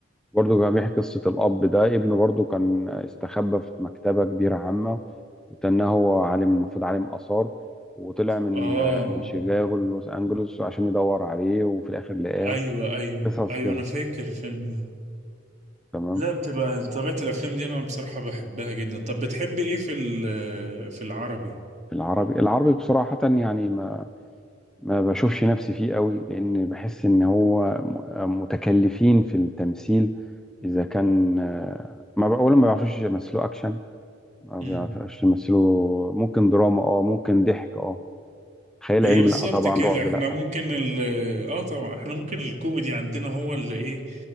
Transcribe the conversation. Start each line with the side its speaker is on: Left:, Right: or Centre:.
Centre: برضه كان بيحكي قصة الأب ده ابنه برضه كان استخبى في مكتبة كبيرة عامة وتنه هو عالم المفروض عالم آثار وطلع من
Right: اه
Centre: من شيكاغو لوس أنجلوس عشان يدور عليه وفي الآخر لقاه
Right: ايوه ايوه
Centre: قصص
Right: ايوه
Centre: كده
Right: انا فاكر الفيلم ده
Centre: تمام
Right: لا بتبقى طبيعة الافلام دي انا بصراحة بحبها جدا طب بتحبي ايه في ال- في العربي
Centre: العربي العربي بصراحة يعني ما ما بشوفش نفسي فيه قوي لأن بحس إن هو م- متكلفين في التمثيل إذا كان آه، ما بقى- أولا ما بيعرفوش يمثلوا أكشن ما
Right: مم.
Centre: بيعرفوش يمثلوا ممكن دراما أه ممكن ضحك أه خيال
Right: هي
Centre: علمي
Right: بالظبط
Centre: لا طبعا
Right: كده
Centre: رعب
Right: احنا
Centre: لا
Right: ممكن ال اه طبعا احنا ممكن الكوميدي عندنا هو اللي ايه